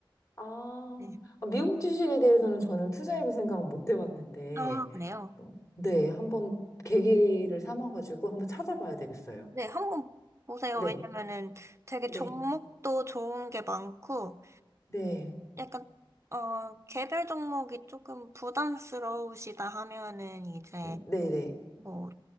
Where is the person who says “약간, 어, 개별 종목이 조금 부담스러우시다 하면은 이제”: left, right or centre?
Right